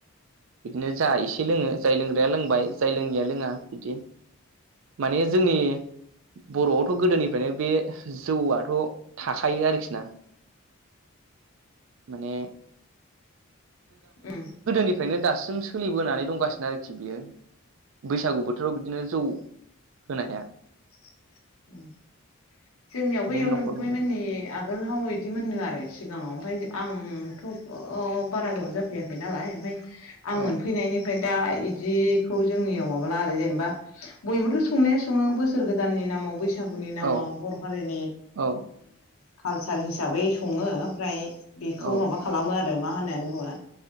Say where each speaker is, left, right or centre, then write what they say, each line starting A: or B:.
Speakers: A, on the right; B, on the left.
A: बिदिनो जा एसे लोंङो जाय लोंग्राया लोंबाय जाय लोंङैया लोंङा बिदि। माने जोंनि बर'आवथ' गोदोनिफ्रायनो बे जौआथ' थाखायो आरोखि ना। माने
B: उम्म।
A: निफ्रायनो दासिम सोलिबोनानै दंगासिनो आरोखि बियो बैसागु बोथोराव बि बिदिनो जौ होनाया
B: <unintelligible> जोंनियावबो
A: बिदिनो
B: एयाव
A: न'खर
B: नंगुमै
A: न'खर
B: मोननि आगोल हाव बिदि मोननो आरो सिगांङाव ओमफाय आंथ' बारा गोबाव जाफैयाखै नालाय ओमफ्राय आं
A: औ
B: मोनफैनायनिफ्राय दा इदिखौ जोंनियाव माबाला आरो जेनेबा बयबोथ' संनाया संङो बोसोर गोदान गोदाननि नामाव बैसागुनि नामाव
A: औ
B: बर' हारिनि
A: औ
B: कालसार हिसाबै संङो ओमफ्राय बेखौ
A: औ
B: माबा खालामो आरो मा होननानै बुंङो?